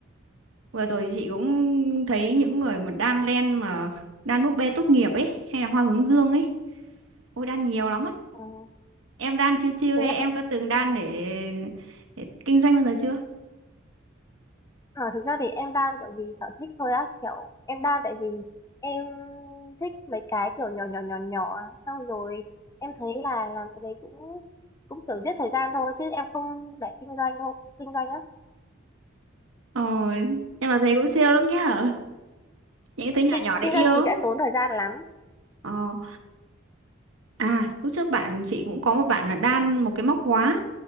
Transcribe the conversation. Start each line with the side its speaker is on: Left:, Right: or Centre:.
Right: Vừa rồi chị cũng thấy những người mà đan len mà đan búp bê tốt nghiệp ấy hay là hoa hướng dương ấy. Ôi đan nhiều lắm ấy.
Left: ừ.
Right: Em đan chiêu chiêu
Left: thực
Right: hay
Left: ra
Right: em có từng đan để, để kinh doanh bao giờ chưa?
Left: ờ, thực ra thì em đan kiểu vì sở thích thôi á kiểu em đan tại vì em thích mấy cái kiểu nhỏ nhỏ nhỏ nhỏ á. xong rồi em thấy là làm cái đấy cũng cũng kiểu giết thời gian thôi chứ em không để kinh doanh thôi kinh doanh á
Right: Ờ, em mà thấy cũng siêu lắm nhá. Những
Left: Ừ,
Right: cái thứ
Left: kinh
Right: nhỏ nhỏ để
Left: kinh
Right: yêu.
Left: doanh thì sẽ
Right: lắm.
Left: tốn thời gian lắm
Right: Ờ, à lúc trước bạn chị cũng có một bạn là đan một cái móc khóa.